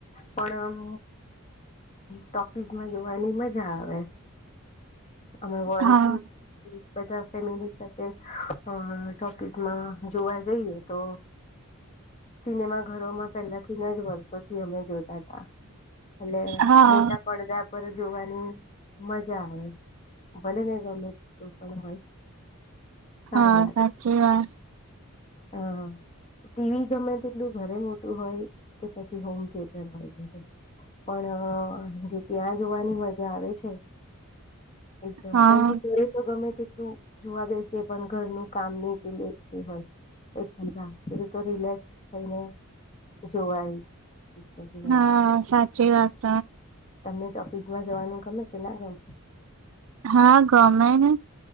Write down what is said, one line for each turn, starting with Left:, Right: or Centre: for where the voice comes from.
Left: પણ ટોકીઝમાં જોવાની મજા આવે. અમે વર્ષો
Right: હા
Left: બધા ફેમિલી સાથે ટોકીઝમાં જોવા જઈએ તો સિનેમા ઘરોમાં પેલા થીજ, વર્ષોથી અમે જોતા હતા. એટલે
Right: હા
Left: મોટા પડદા પર જોવાની મજા આવે. ભલે ગમે તેટલું પણ હોય. સારું
Right: હા, સાચી વાત.
Left: હા. ટીવી ગમે તેટલું ઘરે મોટું હોય કે, પછી હોમથીએટર હોય ઘરે. પણ જે ત્યાં જોવાની મજા આવે છે. એકદમ,
Right: હા
Left: કારણ કે ઘરે તો ગમે તેટલું તું જોવા બેસે, પણ ઘરનું કામ નહીં પેલે એ હોય. બી બીધું તો રિલેક્સ થઈને જોવાય. <unintelligible>
Right: હા સાચી વાત.
Left: તમને તો તોફિસમાં જવાનું ગમે કે ના ગમે?
Right: હા, ગમે ને.